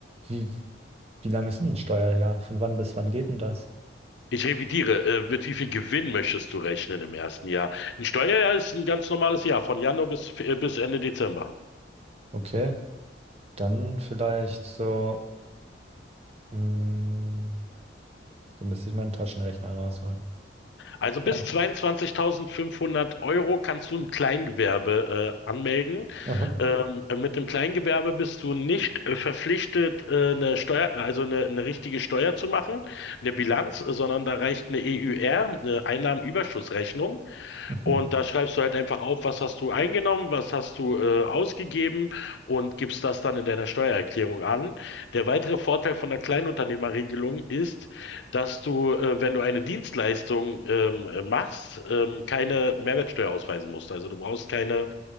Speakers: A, on the right; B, on the left.
A: wie, wie lange ist denn ein Steuerjahr? Von wann bis wann geht denn das?
B: Ich revidiere, äh, mit wie viel Gewinn möchtest du rechnen im ersten Jahr? Ein Steuerjahr ist ein ganz normales Jahr, von Januar bis, äh, bis Ende Dezember.
A: Okay, dann vielleicht so, mh, da müsste ich meinen Taschenrechner rausholen.
B: Also bis
A: So.
B: 22.500 Euro kannst du ein Kleingewerbe äh, anmelden.
A: <laughs> Aha.
B: Ähm, mit dem Kleingewerbe bist du nicht äh, verpflichtet, äh, eine Steuer, also eine, eine richtige Steuer zu machen, eine Bilanz, sondern da reicht eine EÜR, eine Einnahmenüberschussrechnung.
A: Mhm.
B: Und da schreibst du halt einfach auf, was hast du eingenommen, was hast du äh, ausgegeben und gibst das dann in deiner Steuererklärung an. Der weitere Vorteil von der Kleinunternehmerregelung ist, dass du, äh, wenn du eine Dienstleistung ähm, äh, machst, ähm, keine Mehrwertsteuer ausweisen musst. Also du brauchst keine,